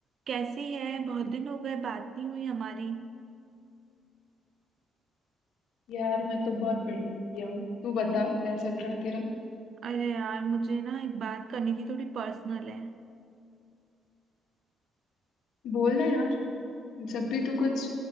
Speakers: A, on the right; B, on the left.
A: कैसी है बहुत दिन हो गए बात नहीं हुई हमारी
B: यार मैं तो बहुत बढ़िया हूँ तू बता क्या चल रहा है तेरा
A: अरे यार मुझे ना एक बात करनी थी थोड़ी पर्सनल है
B: बोलना यार जब भी तू कुछ